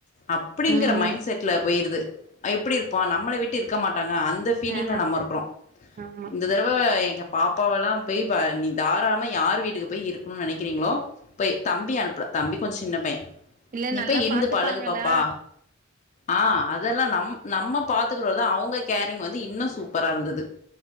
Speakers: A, on the left (about 35°); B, on the right (about 40°).
A: அப்டிங்கற
B: ம்
A: மைண்ட் செட்ல போய்ருது எப்டி இருப்போ நம்மள விட்டு இருக்க மாட்டாங்க அந்த ஃபீலிங்ல
B: ஆ
A: நம்ம இருக்குறோ
B: ஆமா
A: இந்த தடவ எங்க பாப்பாவல்லா போய் ப நீ தாராளமா யார் வீட்டுக்கு போய் இருக்குனு நெனைக்கிறீங்ளோ போய் தம்பி அனுப்புல தம்பி கொஞ்சோ சின்ன பைய
B: இல்ல
A: நீ
B: நல்லா
A: போய் இருந்து
B: பாத்துப்பாங்களா
A: பழகு பாப்பா ஆ அதெல்லா நம் நம்ம பாத்துக்குறதோட அவுங்க கேரிங் வந்து இன்னு சூப்பரா இருந்தது